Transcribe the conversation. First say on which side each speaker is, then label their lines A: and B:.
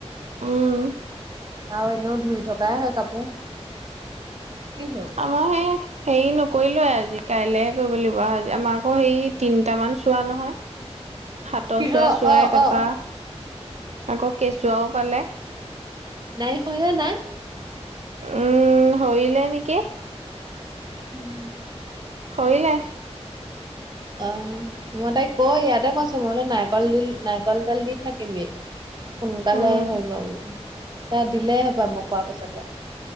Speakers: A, on the right; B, on the right.
A: উম
B: আৰু এনেও ধুই থকাই হয় কাপোৰ কি হ'ল
A: আমাৰ সেই হেৰি নকৰিলো আজি কাইলেহে কৰিব লাগিবজি আমাৰ আকৌ হেই তিনটামান চোৱা নহয়। হাতৰ
B: কিহ
A: চোৱা চুৱাই
B: অ',
A: তাৰপা
B: অ', অ
A: আকৌ কেঁচুৱাও পালে
B: নাই হয় নাই
A: উম শৰিলে নেকি?
B: উম।
A: শলে
B: অ মই তাই কয় ইয়াতে কৈছো মইলো নাৰিকল দিল নাৰিকল তেল দি থাকিবি
A: <inaudible>
B: সোনকালে
A: উম
B: হৈ বোলো এ দিলেই হবা মই কোৱা পাছতে